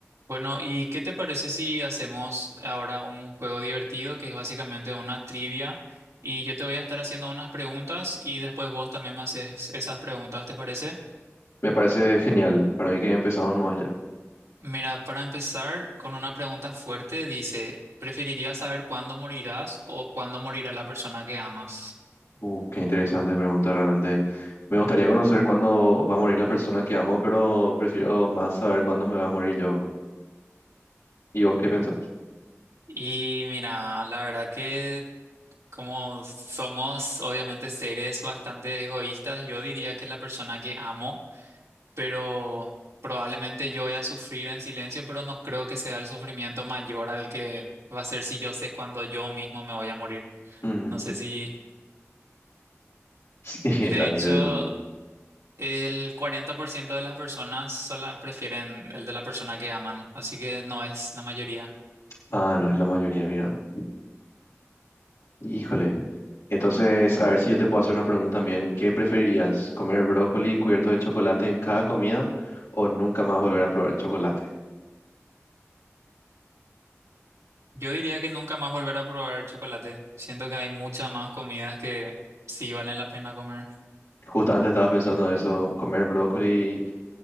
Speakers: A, on the right; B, on the left.
A: Bueno, ¿y qué te parece si hacemos ahora un juego divertido que es básicamente una trivia? Y yo te voy a estar haciendo unas preguntas y después vos también me haces esas preguntas, ¿te parece?
B: Me parece genial. Para mí que empezamos nomás ya.
A: Mira, para empezar con una pregunta fuerte, dice, ¿preferirías saber cuándo morirás o cuándo morirá la persona que amas?
B: Uh, qué interesante pregunta realmente. Me gustaría conocer cuándo va a morir la persona que amo, pero prefiero más saber cuándo me va a morir yo. ¿Y vos qué pensás?
A: Y mira, la verdad que como somos obviamente seres bastante egoístas, yo diría que la persona que amo. pero probablemente yo voy a sufrir en silencio, pero no creo que sea el sufrimiento mayor al que va a ser si yo sé cuándo yo mismo me voy a morir.
B: Mm,
A: No sé si...
B: <laughs> sí,
A: De
B: está interesante.
A: hecho, el 40% de las personas sola prefieren el de la persona que aman, así que no es la mayoría.
B: Ah, no, es la mayoría, mira. Híjole. Entonces, a ver si yo te puedo hacer una pregunta también. ¿Qué preferirías? ¿Comer brócoli cubierto de chocolate en cada comida o nunca más volver a probar chocolate?
A: Yo diría que nunca más volver a probar chocolate. Siento que hay muchas más comidas que sí valen la pena comer. <laughs>
B: Justamente estaba pensando eso, comer brócoli